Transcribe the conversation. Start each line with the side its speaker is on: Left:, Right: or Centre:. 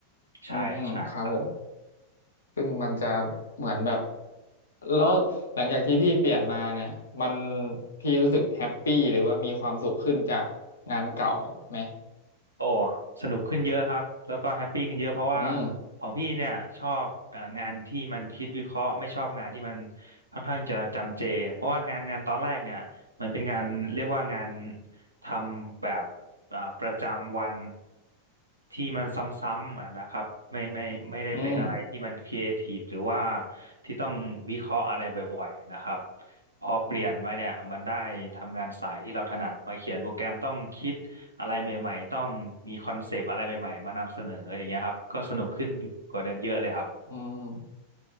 Right: ใช่
Left: อืมครับผม
Right: ใช่
Left: ซึ่งมันจะเหมือนแบบ แล้วหลังจากที่พี่เปลี่ยนมาเนี่ยมันพี่รู้สึกแฮปปี้หรือว่ามีความสุขขึ้นจากงานเก่าไหม
Right: โอ้สนุกขึ้นเยอะครับแล้วก็แฮปปี้ขึ้นเยอะเพราะว่า
Left: อืม
Right: ของพี่เนี่ยชอบเอ่องานที่มันคิดวิเคราะห์ไม่ชอบงานที่มันค่อนข้างจะจำเจเพราะว่างานงานตอนแรกเนี่ยมันเป็นงานเรียกว่างานทำแบบอ่าประจำวันที่มันซ้ำๆอ่ะนะครับไม่ไม่ไม่ได้เป็นอะไรที่มันครีเอทีฟหรือว่า
Left: อืม
Right: ที่ต้องวิเคราะห์อะไรบ่อยๆนะครับพอเปลี่ยนมาเนี่ยมันได้ทำงานสายที่เราถนัดมาเขียนโปรแกรมต้องคิด
Left: อ๋อ
Right: อะไรใหม่ๆต้องมีคอนเซปต์อะไรใหม่ๆมานำเสนออย่างเงี้ยครับ ก็สนุกขึ้นกว่าเดิมเยอะเลยครับ
Left: อืม